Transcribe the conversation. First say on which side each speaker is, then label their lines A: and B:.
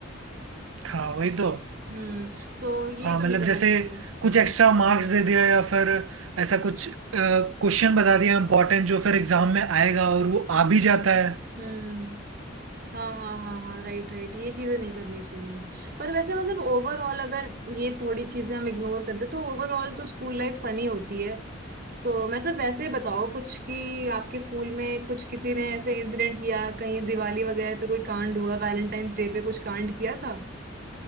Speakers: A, on the right (about 85°); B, on the right (about 50°).
A: हाँ वही तो
B: हम्म तो ये
A: हाँ
B: तो
A: मतलब
B: नहीं करना
A: जैसे
B: चाहिए हम्म
A: कुछ एक्स्ट्रा मार्क्स दे दिया या फिर ऐसा कुछ क्वेश्चन बता दिया इम्पोर्टेंट जो फिर एग्जाम में आएगा और वो आ भी जाता है
B: हम्म हाँ हाँ हाँ हाँ राइट राइट ये चीजें नहीं करनी चाहिए पर वैसे मतलब ओवरऑल अगर ये थोड़ी चीजें हम इग्नोर कर दे तो ओवरऑल तो स्कूल लाइफ फनी होती है तो मैं सब वैसे बताओ कुछ कि आपके स्कूल में कुछ किसी ने ऐसे इंसिडेंट किया कहीं दिवाली वगैरह पे कोई कांड हुआ वैलेंटाइंस डे पे कुछ कांड किया था